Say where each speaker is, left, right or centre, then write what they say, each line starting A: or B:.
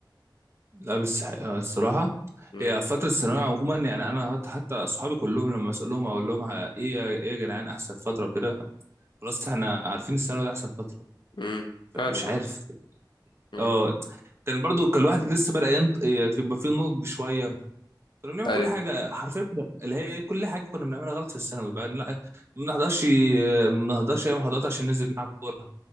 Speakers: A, on the right (about 35°); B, on the left (about 75°).
A: لا بس آه، الصراحة
B: مم.
A: هي فترة الثانوية عموما يعني أنا حتى حتى أصحابي كلهم لما أسألهم أقول لهم ه- إيه يا- إيه يا جدعان أحسن فترة وكده خلاص إحنا عارفين الثانوي ده أحسن فترة
B: مم.
A: فمش
B: فعلا
A: عارف
B: اه مم.
A: أه كان برضو كان الواحد لسه بدأ ينط إيه، في- يبقى فيه نضج شوية كنا بنعمل
B: أي
A: كل حاجة حرفيا كنا اللي هي إيه، كل حاجة كنا بنعملها غلط في الثانوي بقى لا، ما بنحضرش ما بنحضرش أي محاضرات عشان ننزل نلعب كورة